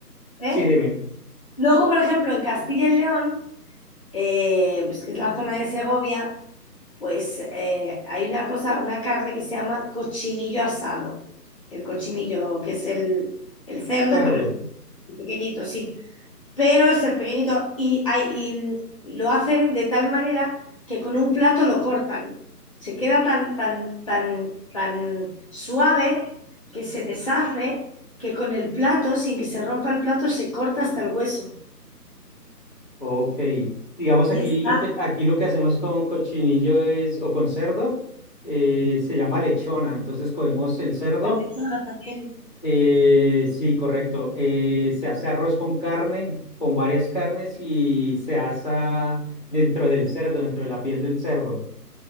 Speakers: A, on the left; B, in the centre.
A: ej-
B: sí,
A: ¿eh?
B: dime,
A: Luego, por ejemplo, en Castilla y León, eh, pues que es la zona de Segovia, Pues eh, hay una cosa, una carne que se llama cochinillo asado. El cochinillo, que es el, el cerdo,
B: cerdo.
A: pero el, pe- el pequeñito, sí. Pero es el pequeñito y, hay- y lo hacen de tal manera que con un plato lo cortan. Se queda tan, tan, tan, tan suave que se deshace que con el plato, sin que se rompa el plato, se corta hasta el hueso.
B: Ok, digamos
A: Y
B: aquí
A: está
B: lo que aquí lo que hacemos con cochinillo es o con cerdo eh, se llama lechona, entonces cogemos el cerdo,
A: la lechada también.
B: eh, sí, correcto, eh, se hace arroz con carne, con varias carnes y se asa dentro del cerdo, dentro de la piel del cerdo.